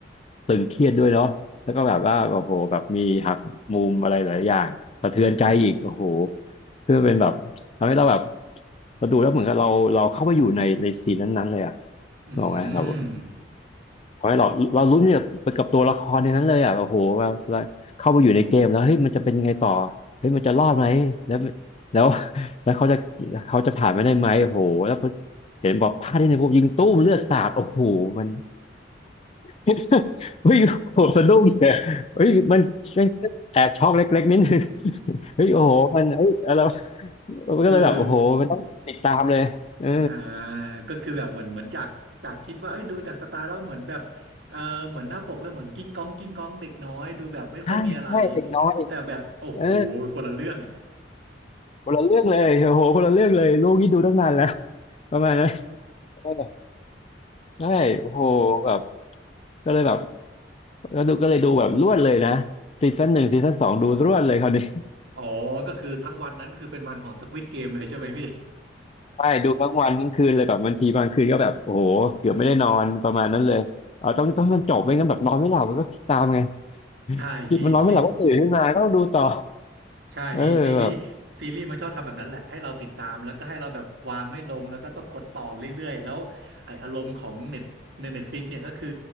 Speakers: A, on the left; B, on the right.
A: ตึงเครียดด้วยเนาะแล้วก็แบบว่าโอ้โหแบบมีหักมุมอะไรหลายอย่างสะเทือนใจอีกโอ้โหคือมันเป็นแบบทำให้เราแบบเราดูแล้วเหมือนกับเราเราเข้าไปอยู่ในในซีนนั้นๆเลยอะ
B: อืม
A: บอกไหมครับ ขอให้เราเรารุ้นเนี่ยกับตัวละครในนั้นเลยอ่ะโอ้โหแบบเราเข้ามาอยู่ในเกมแล้วเฮ้ยมันจะเป็นยังไงต่อเฮ้ยมันจะรอดไหมแล้วแล้ว <laughs> แล้วเขาจะเขาจะผ่านไปได้ไหมโอ้โหแล้วพอเห็นบอกพลาดที่ในพวกยิงตู้มเลือดสาดโอ้โหมัน <laughs> เฮ้ยโอ้โหสะดุ้งเลยเฮ้ยมันมันแอบช็อกเล็กๆนิดนึงเฮ้ยโอ้โหมันเอ้ยอะไรวะมันก็เลยแบบโอ้โหมันต้องติดตามเลยเออ
B: <laughs> คืออ่าก็คือแบบเหมือนเหมือนจากจากคิดว่าเอ้ยดูจากสไตล์แล้วเหมือนแบบเออเหมือนหน้าปกแล้วเหมือนกิ้งก้องกิ้งก้องเด็กน้อยดูแบบไม่ค่อยมีอะไร
A: ใช่ใช่เด็กน้อย
B: แต่แบบโอ้โหคนละเรื่อง
A: เออคนละเรื่องเลยโอ้โหคนละเรื่องเลยลูกนี่ดูตั้งนานแล้วประมาณนั้น เออใช่โอ้โหแบบก็เลยแบบก็ดูก็เลยดูแบบรวดเลยนะซีซั่นหนึ่งซีซั่นสองดูรวดเลยคราวนี้
B: อ๋อก็คือทั้งวันนั้นคือเป็นวันของ Squid Game เลยใช่ไหมพี่
A: <laughs> ใช่ดูทั้งวันทั้งคืนเลยแบบบางทีบางคืนก็แบบโอ้โหเกือบไม่ได้นอนประมาณนั้นเลยเอาต้องต้องมันจบไม่งั้นแบบนอนไม่หลับมันก็คิดตามไง
B: อืมใช่พี่ซี
A: คิดมันนอนไม่หลับก็ตื่นขึ้นมาก็ต้องดูต่อ
B: ใช่พี่ซีรีส์ซีรีส์มันชอบทำแบบนั้นแหละให้เราติดตามแล้วก็ให้เราแบบวางไม่ลงแล้วก็ต้องกดต่อเรื่อยๆแล้วไออารมณ์ของเน็ตในเน็ตฟลิกเนี่ยก็คือ
A: เออแบบ